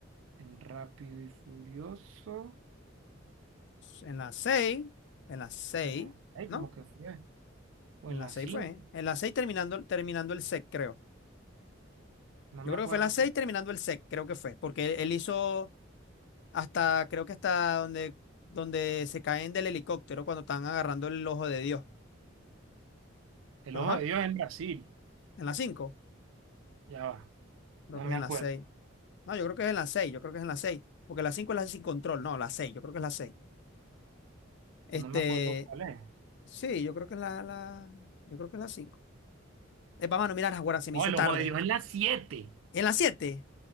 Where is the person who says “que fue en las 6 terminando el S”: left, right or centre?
Left